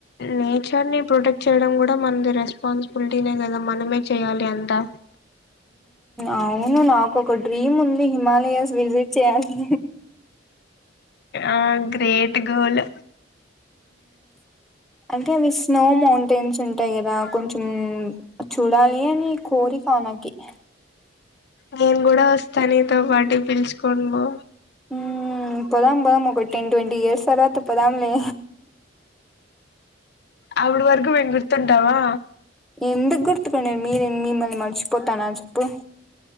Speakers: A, on the left; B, in the centre.
A: నేచర్ ని ప్రొటెక్ట్ చేయడం కూ <unintelligible> డా మనది రెస్పాన్సిబిలిటీనే కదా మనమే చేయాలి అంతా
B: అవును నాకు ఒక డ్రీమ్ ఉంది హిమాలయాస్ విజిట్ చెయ్యాలి
A: ఆ గ్రేట్ గోల్
B: అంటే అవి స్నో మౌం టెన్స్ ఉంటాయి కదా కొంచెం చూడాలి అని కోరిక నాకి <inaudible>
A: నేను కూడా వస్తా నీతో పాటి పిలుచుకోనీ పో
B: ఊమ్ పోదాం పోదాం ఒక టెన్ ట్వెంటీ ఇయర్స్ తర్వాత పోదాం లే
A: అప్పుడు వరకు మేము గుర్తుంటామా
B: ఎందకు గుర్తుకుని మీరె మిమ్మల్ని మంచిపోతానా చెప్పు